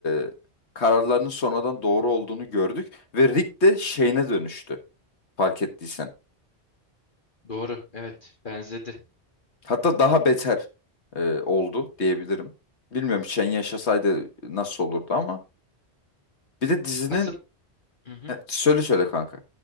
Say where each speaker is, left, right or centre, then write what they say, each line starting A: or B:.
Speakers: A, on the left (about 80°); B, on the left (about 50°).
A: e, kararlarının sonradan doğru olduğunu gördük ve Rick de Shane'e dönüştü fark ettiysen.
B: Doğru. Evet, benzedi.
A: Hatta daha beter e, oldu diyebilirim. Bilmiyorum Shen yaşasaydı nasıl olurdu ama. Bir de dizinin
B: Nasıl? Hı hı.
A: E, söyle söyle kanka.